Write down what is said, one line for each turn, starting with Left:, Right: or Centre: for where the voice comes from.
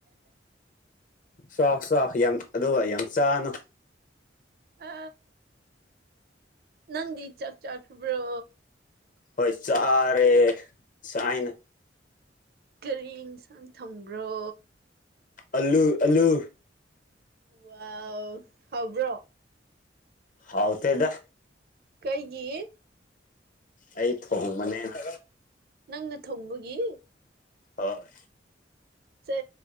Left: ꯆꯥꯎ ꯆꯥꯎ ꯌꯥꯝ ꯑꯗꯨꯒ ꯌꯥꯝ ꯆꯥꯅꯨ
Right: ꯑ ꯅꯪꯗꯤ ꯆꯥꯛ ꯆꯥꯈꯕ꯭ꯔꯣ
Left: ꯍꯣꯏ ꯆꯔꯦ ꯆꯥꯏꯅ
Right: ꯀꯔꯤ ꯏꯟꯁꯥꯡ ꯊꯣꯡꯕ꯭ꯔꯣ
Left: ꯑꯜꯂꯨ ꯑꯜꯂꯨ
Right: ꯋꯥꯎ ꯍꯥꯎꯕ꯭ꯔꯣ
Left: ꯍꯥꯎ ꯇꯦꯗ
Right: ꯀꯩꯒꯤ
Left: ꯑꯩ ꯊꯣꯡ ꯃꯅꯦꯅ
Right: ꯅꯪꯅ ꯊꯣꯡꯕꯒꯤ
Left: ꯍꯣꯏ
Right: ꯁꯦ